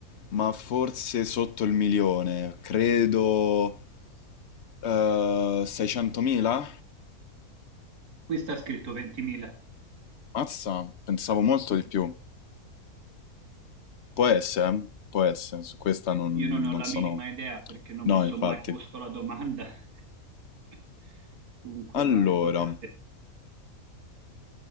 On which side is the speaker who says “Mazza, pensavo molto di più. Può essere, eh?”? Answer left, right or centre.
Left